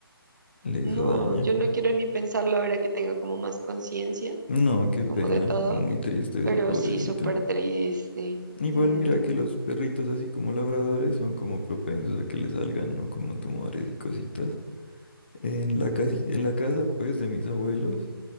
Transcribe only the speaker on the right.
No,
yo no quiero ni pensarlo ahora que tengo como más conciencia,
como
de todo,
pero
sí, súper triste.
Mm,